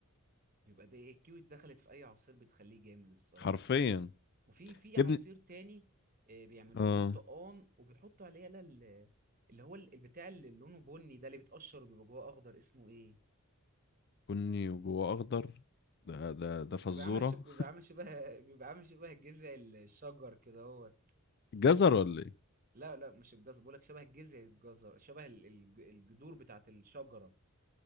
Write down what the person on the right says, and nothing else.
بيبقى ده الكيوي اتدخلت في اي عصير بتخليه جامد الصراحة
وفي في عصير
تاني آه، بيعملوه
برتقان وبيحطوا عليه يلا ال- اللي هو ال- البتاع اللي لونه بني ده اللي بيتقشر وبيبقى جواه اخضر اسمه ايه
بيبقى عامل شب... بيبقى عامل شبه <laughs> بيبقى عامل شبه جذع الشجر كده هو
لا لا مش الجزر بقولك شبه جذع الجزر شبه ال- الج- الجذور بتاعت الشجرة